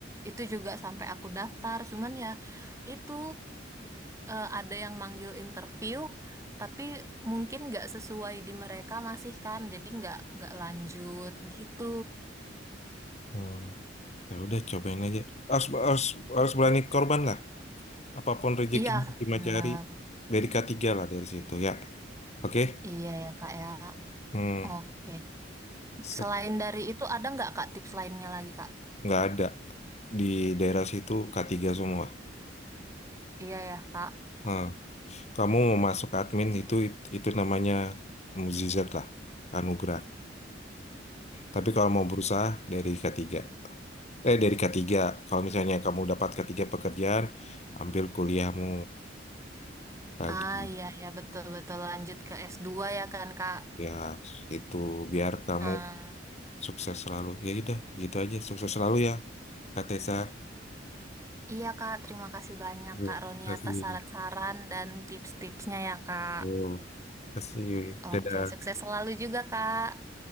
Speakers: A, on the right (about 15°); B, on the left (about 35°).
A: Itu juga sampai aku daftar, cuman ya itu eh, ada yang manggil interview tapi mungkin nggak sesuai di mereka masih kan, jadi nggak nggak lanjut gitu.
B: hmm. Ya udah cobain aja. Harus, harus, harus berani korban lah. Apapun rezekinya
A: Iya,
B: cuma
A: benar.
B: cari dari k tiga lah dari situ ya. Oke.
A: Iya ya Kak ya.
B: Hmm.
A: Oke.
B: Set.
A: Selain dari itu ada nggak Kak tips lainnya lagi Kak?
B: Nggak ada di daerah situ k tiga semua.
A: Iya ya Kak.
B: Nah, kamu mau masuk admin itu itu namanya mukjizat lah, anugerah. Tapi kalau mau berusaha dari k tiga Eh dari k tiga Kalau misalnya kamu dapat k tiga pekerjaan, ambil kuliahmu lagi.
A: Ah iya ya betul-betul lanjut ke s dua ya kan Kak.
B: Ya, itu biar kamu
A: Ah,
B: Sukses selalu. Ya udah, gitu aja. Sukses selalu ya, Kak Tessa.
A: iya Kak, terima kasih banyak
B: Terima
A: Kak Roni
B: kasih.
A: atas saran-saran dan tips-tipsnya ya Kak.
B: Terima kasih.
A: Oke,
B: Dadah.
A: sukses selalu juga Kak.